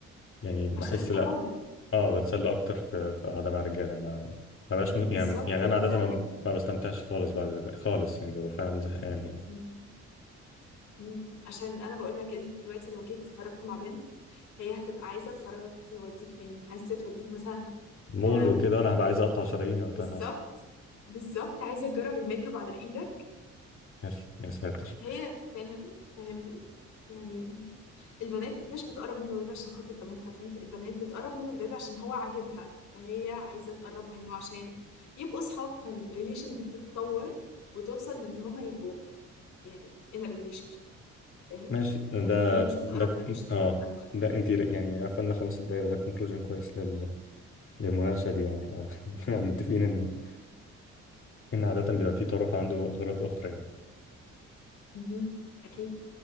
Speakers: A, on the left (about 45°); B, on the left (about 75°).
A: يعني ما
B: عشان
A: احس
B: انت
A: لا
B: راجل
A: اه بتسلى اكتر في في قعده مع رجاله يعني ما ما بقاش م-
B: بالظبط
A: يعني يعني
B: يعني
A: انا عاده
B: انت
A: ما, ما بستمتعش خالص بعد خالص يعني ببقى فعلا زهقان يعني
B: مم. مم. عشان انا بقول لك انت دلوقتي لو جيت خرجت مع بنت هي هتبقى عايزه تخرجك توديك فين عايزه توديك مثلا
A: مول
B: أم،
A: وكده انا هبقى عايز اقطع شراييني وقتها
B: بالظبط
A: اصلا
B: بالظبط عايزه تجرب الميك اب على ايدك
A: يا يا ساتر
B: فهي فاهم فاهمني يعني البنات مش بتقرب من الولاد عشان خاطر دمهم خفيف البنات بتقرب من الولاد عشان هو عاجبها فهي عايزه تقرب منه عشان يبقوا صحاب فالريليشن دي تتطور وتوصل لان هما يبقوا يعني in a relationship فاهم
A: ماشي ده
B: لكن هي مش بتقرب
A: ده ك-
B: منه عشان خاطر
A: اه
B: دمه خفيف
A: ده انت يعني قفلنا خلاص الدايره ده كونكلوجن كويس لل... للمناقشه دي يعني احنا <laughs> متفقين ان ان عاده بيبقى في طرف عنده اغراض اخرى يعني
B: مهم. اكيد